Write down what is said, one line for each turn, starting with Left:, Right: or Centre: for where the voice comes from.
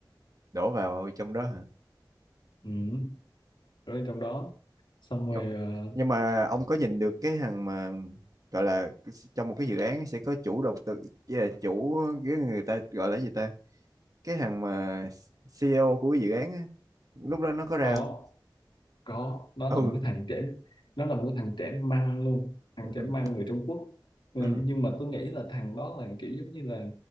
Right: đổ vào trong đó hả
Left: ừ. rồi trong đó xong
Right: nhưng
Left: rồi ờ,
Right: nhưng mà ông có nhìn được cái hàng mà gọi là trong một cái dự án sẽ có chủ đầu tư với là chủ cái người ta gọi là gì ta cái hàng mà CEO của cái dự án á, lúc đó nó có ra
Left: có
Right: không
Left: có nó là
Right: ừ
Left: một cái thằng trẻ nó là một cái thằng trẻ măng luôn thằng
Right: Ừ.
Left: trẻ măng người Trung Quốc Ừ,
Right: Ừ.
Left: nhưng mà tôi nghĩ là thằng đó là kiểu giống như là